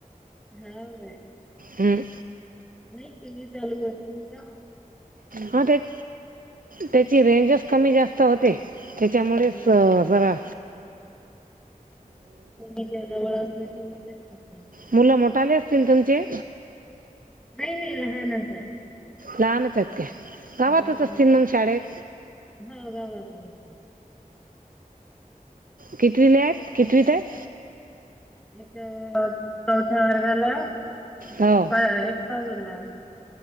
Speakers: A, in the centre; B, on the right (about 70°).
A: हा ना.
B: हम
A: नाही टिवी चालू होत नव्हता.
B: हा तेच, त्याची रेंजच कमी जास्त होते. त्याच्यामुळेच
A: हा ते
B: जरा
A: टीव्हीच्या जवळ असलं की मग तेच बघणार.
B: मुलं मोठ टाले असतील तुमचे
A: नाही, नाही लहान च य
B: लहानच आहेत काय? गावातच
A: हम्म
B: असतील मग शाळेत
A: हो गावातच असते.
B: कितवीला एत कितवीत एत
A: एक चौथ्या वर्गाला आहे,
B: हो
A: एक सहावीला आहे ह,